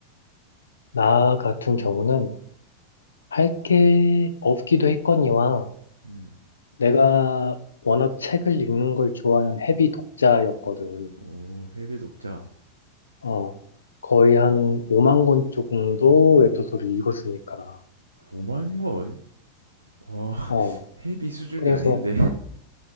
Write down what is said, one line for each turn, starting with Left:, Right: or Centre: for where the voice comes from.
Left: 나 같은 경우는 할 게 없기도 했거니와
Right: 음,
Left: 내가 워낙 책을 읽는 걸 좋아하는 헤비 독자였거든.
Right: 오, 해외 독자.
Left: 어, 거의 한 5만 권 정도 웹소설을 읽었으니까.
Right: 5만 권? 와,
Left: 어,
Right: 헤비 수준이
Left: 그래서
Right: 아닌데?